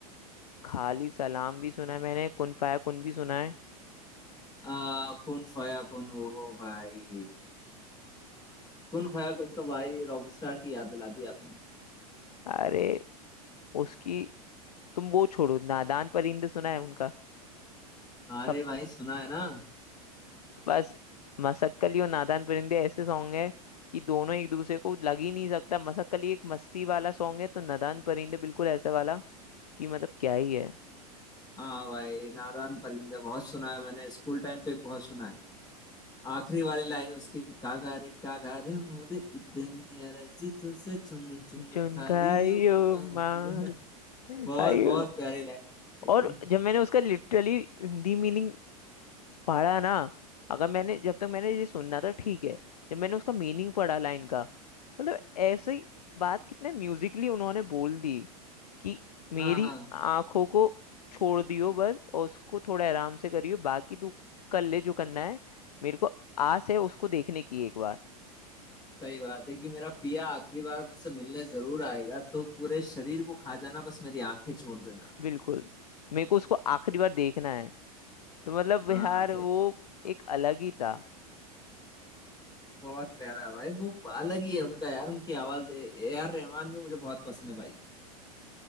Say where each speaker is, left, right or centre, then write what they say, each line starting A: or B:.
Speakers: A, on the left; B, on the left.
A: खाली सलाम भी सुना है मैंने कुन फाया कुन भी सुना है
B: आ, कौन फाया कौन वो हो भाई कौन खोया कौन तो भाई रॉकस्टार की याद दिला दी आपने
A: अरे उसकी तुम वो छोड़ो नादान परिंदे सुना है उनका
B: अरे
A: सब
B: भाई सुना है ना
A: बस मसक्कली और नादान परिंदे ऐसे सॉन्ग है कि दोनों एक दूसरे को लग ही नहीं सकता मसक्कली एक मस्ती वाला सॉन्ग है तो नादान परिंदे बिल्कुल ऐसा वाला कि मतलब क्या ही है
B: हाँ भाई नादान परिंदे बहुत सुना है मैंने स्कूल टाइम पे बहुत सुना है आखिरी वाली लाइन उसकी कागा रे कागा रे मोरे इतनी अरज तुझसे चुन चुन
A: जुनका
B: खाइयो
A: यो
B: को मार।
A: मास
B: बहुत
A: आयु
B: बहुत प्यारी लाइन
A: और जब मैंने उसका लिटरली हिंदी मीनिंग पढ़ा ना अगर मैंने जब तक मैंने ये सुनना था ठीक है जब मैंने उसका मीनिंग पढ़ा लाइन का मतलब ऐसे ही बात कितने म्यूजिकली उन्होंने बोल दी कि मेरी
B: हाँ हाँ
A: आंखों को छोड़ दियो बस और उसको थोड़ा आराम से करियो बाकी तू कर ले जो करना है मेरे को आस है उसको देखने की एक बार
B: सही बात है कि मेरा पिया आखिरी बार मुझसे मिलने जरूर आएगा तो पूरे शरीर को खा जाना बस मेरी आंखें छोड़ देना
A: बिल्कुल मेरे को उसको आखिरी बार देखना है तो मतलब
B: हाँ
A: यार
B: सही
A: वो एक अलग ही था
B: बहुत प्यारा है भाई वो अलग ही है उनका यार उनकी आवाज ए आर रहमान भी मुझे बहुत पसंद है भाई